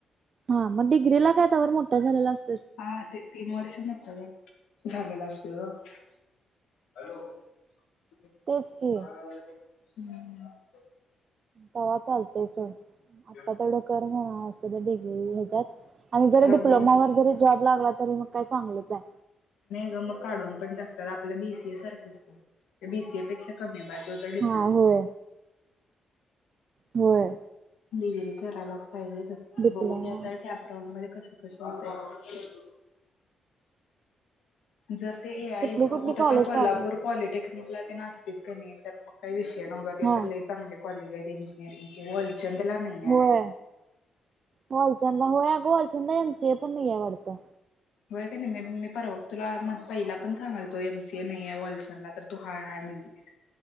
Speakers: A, on the right (about 45°); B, on the left (about 85°).
A: हा म डिग्री ला काय तवर मोठा झालेला असत.
B: हा ते तीन वर्ष मोठठा झा-झालेला असतोय ग. ह.
A: तेच की तवा चालतेय स
B: खरं
A: आता तेवढकर म्हणास डिग्री ह्याच्यात आणि जरी डिप्लोमावर
B: ग
A: जरी जॉब लागला. तरी मग काय चांगलच आहे.
B: ग मग काढून पण टाकतात. आपलं बीसीए सारखंच बीसीए पेक्षा कमी बाजे तर डिप्लोमा
A: हा होय होय.
B: गरी करायलाच पाहिजे त तर
A: डिप्लोमा
B: बघू की आता कॅपराऊंड मध्ये कसे कस होत. जर ते आहेत
A: कुठली कुठली
B: कुठ
A: कॉलेज
B: तर कोल्हापूर
A: टाक
B: पॉलिटेक् निघला ते नासत कणी तर मग काही विषय नव्हता. ते
A: हा
B: तर ल चांगले कॉलेज आहेत इंजिनिअरिंगचे. चंदला नाही. आहे
A: होय वालचंदा होय अ ग वालचंदा एम सी ऐ पण नाहीे ये वाटतं.
B: होय का नाही म मी परवा तुला मग पहिला पण सांगाल तो एम सी ए नाही आहे. वॉल्शनला तर तू हाय हय म्हणलीस.